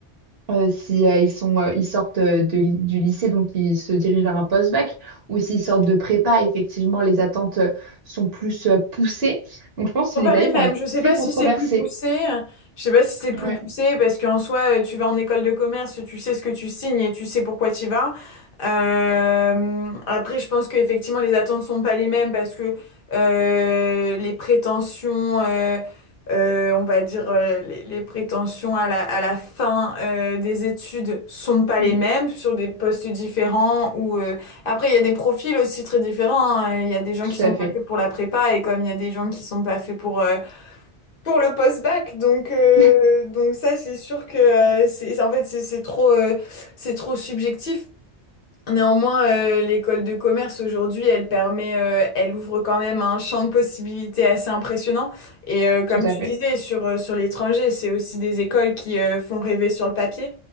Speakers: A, on the right (about 60°); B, on the left (about 55°).
A: euh, si euh, ils sont, euh, ils sortent euh, de li- du lycée, donc ils se dirigent vers un post-bac, ou s'ils sortent de prépa, effectivement, les attentes euh, sont plus euh, poussées. Donc, je pense que
B: sont
A: les
B: pas
A: tarifs
B: les mêmes.
A: vont être
B: Je sais
A: très
B: pas
A: controversés.
B: si c'est plus poussé. Je sais pas si c'est plus
A: Ouais,
B: poussé parce qu'en soi, euh, tu vas en école de commerce, tu sais ce que tu signes et tu sais pourquoi tu y vas. Euh, après, je pense qu'effectivement, les attentes sont pas les mêmes parce que euh, les prétentions, euh, euh, on va dire, euh, les, les prétentions à la, à la fin euh, des études sont pas les
A: Mm.
B: mêmes sur des postes différents ou euh, après, il y a des profils aussi très différents. hein. Il y a des gens
A: tout
B: qui sont
A: à fait,
B: pas faits pour la prépa et comme il y a des gens qui sont pas faits pour euh, pour le post-bac. Donc euh,
A: <laughs>
B: donc ça, c'est sûr que euh, c'est en fait c'est c'est trop euh, c'est trop subjectif. Néanmoins, euh, l'école de commerce aujourd'hui, elle permet, euh, elle ouvre quand même un champ de possibilités assez impressionnant. Et euh, comme
A: tout
B: tu
A: à fait.
B: disais, sur, euh, sur l'étranger, c'est aussi des écoles qui euh, font rêver sur le papier,